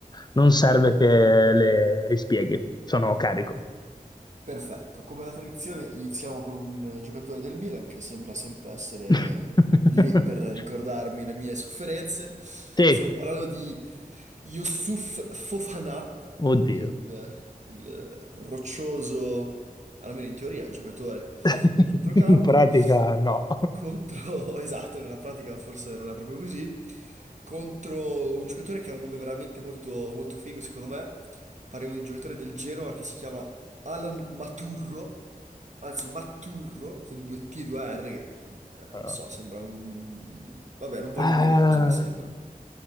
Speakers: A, on the left; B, on the right.
A: non serve che le rispieghi, sono carico.
B: Perfetto, come la tradizione iniziamo con un eh, giocatore del Milan che sembra sempre essere
A: <laughs>
B: eh, lì per ricordarmi le mie sofferenze. Stiamo
A: Sì,
B: parlando di Youssouf Fofana,
A: oddio.
B: il, il eh, roccioso, almeno in teoria, giocatore
A: <laughs>
B: di centrocampo,
A: In pratica no.
B: contro, <laughs> esatto, nella pratica forse non è proprio così, contro un giocatore che ha un nome veramente molto, molto figo secondo me. Parliamo di un giocatore del Genoa che si chiama Alan Maturro, anzi Matturro con due T e due R, che eh,
A: Allora.
B: non so, sembra un... Vabbè, non voglio
A: Ah,
B: dire che cosa mi sembra.